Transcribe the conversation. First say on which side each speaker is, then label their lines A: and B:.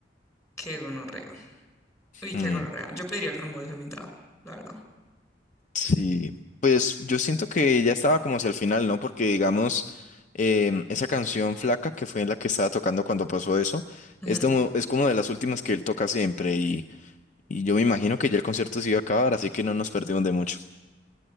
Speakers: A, on the left; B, on the left.
A: Qué gonorrea. Uy, qué
B: Mm.
A: gonorrea. Yo pediría el reembolso de mi entrada, la verdad.
B: Sí, pues yo siento que ya estaba como hacia el final, ¿no? Porque digamos, em, esa canción Flaca, que fue la que estaba tocando cuando pasó eso,
A: Ujú,
B: es como, es como de las últimas que él toca siempre y, y yo me imagino que ya el concierto se iba a acabar, así que no nos perdimos de mucho.